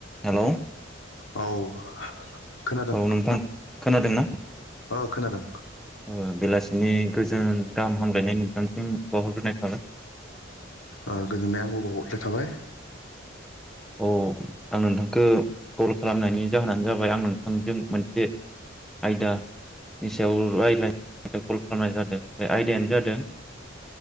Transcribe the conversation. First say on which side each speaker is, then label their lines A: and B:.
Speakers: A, in the centre; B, on the left.
A: Hello
B: औ खोनादों
A: औ नोंथां खोनादोंना
B: ओ खोनादों
A: ओ बेलासिनि गोजोन गाहाम हामलायनाय नोंथांसिम बावहरनाय थाबाय ।
B: ओ गोजोननाय आंबो बावहरनाय थाबाय
A: अ आं नोंथांखो कल खालामनायनि जाहोनानो जाबाय आं नोंथांजों मोनसे आयदानि सायाव रायज्लायनो थाखाय कल खालामनाय जादों बे आयदायानो जादों